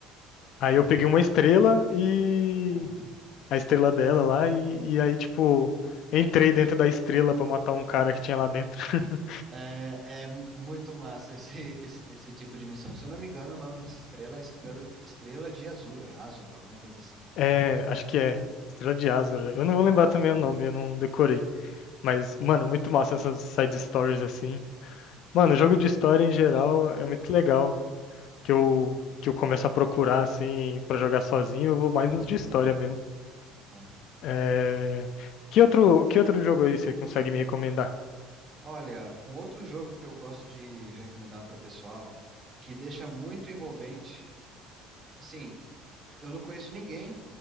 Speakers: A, on the left; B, on the right.
A: Aí eu peguei uma estrela e.
B: Aham.
A: A estrela dela lá, e, e aí, tipo, entrei dentro da estrela pra matar um cara que tinha lá dentro. <laughs>
B: É, é muito massa esse, esse, esse tipo de missão. Se eu não me engano, o nome dessa estrela é Estrela, Estrela de Azura, Azura, alguma coisa assim.
A: É, acho que é. Estrela de Azura. Eu não vou lembrar também
B: É.
A: o nome, eu não decorei. Mas, mano, muito massa essas side stories assim. Mano, jogo de história em geral é muito legal. Que eu, que eu começo a procurar assim pra jogar sozinho, eu vou mais
B: uhum,
A: nos de história mesmo.
B: é.
A: É... Que outro, que outro jogo aí você consegue me recomendar?
B: Olha, um outro jogo que eu gosto de recomendar para o pessoal, que deixa muito envolvente. Assim, eu não conheço ninguém